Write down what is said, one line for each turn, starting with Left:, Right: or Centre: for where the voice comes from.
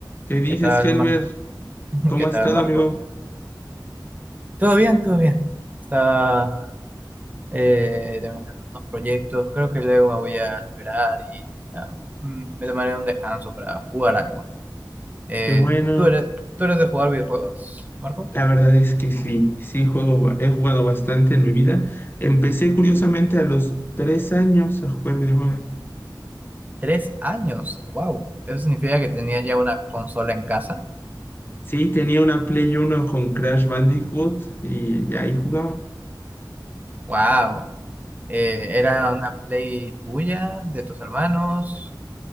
Left: ¿Qué dices,
Right: ¿Qué tal,
Left: Helber?
Right: Mar- <laughs>
Left: ¿Cómo
Right: ¿Qué
Left: has
Right: tal,
Left: estado,
Right: Marco?
Left: amigo?
Right: Todo bien, todo bien. Está eh, terminando unos proyectos. Creo que luego me voy a liberar y ah, mm, me tomaré un descanso para jugar algo. Eh,
Left: Qué bueno.
Right: ¿tú eres, tú eres de jugar videojuegos, Marco?
Left: La verdad es que sí, sí juego, ba- he jugado bastante en mi vida. Empecé curiosamente
Right: Mm,
Left: a los tres años a jugar videojuegos.
Right: tres años. Wow. Eso significa que tenía ya una consola en casa.
Left: Sí, tenía una Play Uno con Crash Bandicoot y ahí jugaba.
Right: Wow. Eh, ¿era una Play tuya, de tus hermanos,